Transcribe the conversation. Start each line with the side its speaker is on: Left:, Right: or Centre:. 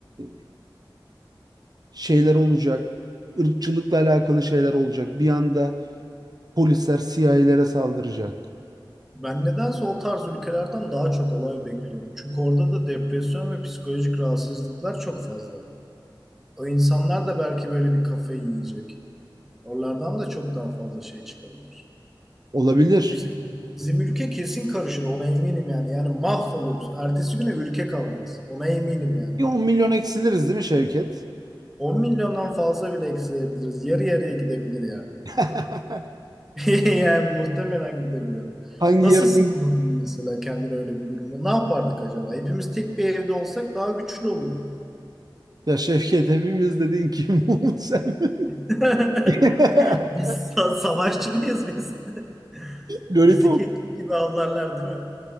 Right: e, şeyler olacak. ırkçılıkla alakalı şeyler olacak. Bir anda polisler CIA'lere saldıracak.
Centre: Ben nedense o tarz ülkelerden daha çok olay bekliyorum. Çünkü orada da depresyon ve psikolojik rahatsızlıklar çok fazla. O insanlar da belki böyle bir kafayı yiyecek. Oralardan da çok daha fazla şey çıkabilir.
Right: Olabilir.
Centre: Bizim, bizim ülke kesin karışır ona eminim yani. Yani mahvoluruz. Ertesi güne ülke kalmaz. Ona eminim yani.
Right: Bir 10 milyon eksiliriz değil mi Şevket?
Centre: 10 milyondan fazla bile eksilebiliriz. Yarı yarıya gidebilir yani.
Right: <laughs>
Centre: <laughs> Yani muhtemelen gidebilir.
Right: Hangi
Centre: Nasıl
Right: yarının
Centre: sığınırdın mesela kendini öyle bir durumda? Ne yapardık acaba? Hepimiz tek bir evde olsak daha güçlü olurduk.
Right: ya Şevket hepimiz dediğin kim bu sen?
Centre: <laughs>
Right: <laughs>
Centre: Biz sa- savaşçı mıyız biz? <laughs>
Right: Lollipop.
Centre: Bizi keklik gibi avlarlar değil mi?